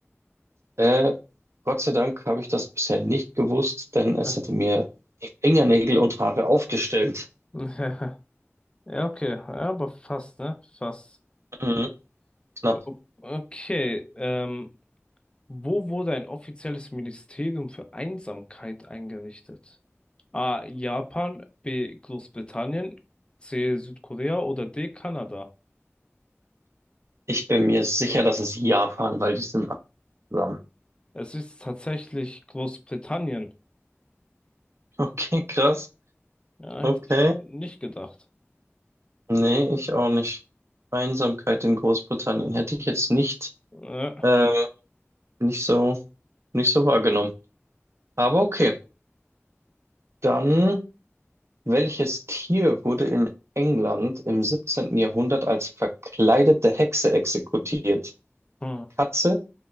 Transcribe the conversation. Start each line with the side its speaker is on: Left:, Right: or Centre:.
Right: Äh, Gott sei Dank habe ich das bisher nicht gewusst, denn es
Left: <laughs>
Right: hätte mir die Fingernägel und Haare aufgestellt.
Left: <laughs> Ja, okay, ja, aber fast, ne? Fast.
Right: Mhm, knapp.
Left: O- Okay, ähm, wo wurde ein offizielles Ministerium für Einsamkeit eingerichtet? A. Japan, B. Großbritannien, C. Südkorea oder D. Kanada?
Right: Ich bin mir sicher, das ist Japan, weil die sind einsam. <laughs>
Left: Es ist tatsächlich Großbritannien.
Right: Okay, krass.
Left: Ja,
Right: Okay.
Left: hätte ich nicht gedacht.
Right: Nee, ich auch nicht. Einsamkeit in Großbritannien hätte ich jetzt nicht,
Left: Äh,
Right: ähm, nicht so, nicht so wahrgenommen. Aber okay. Dann, welches Tier wurde in England im 17. Jahrhundert als verkleidete Hexe exekutiert?
Left: hm.
Right: Katze,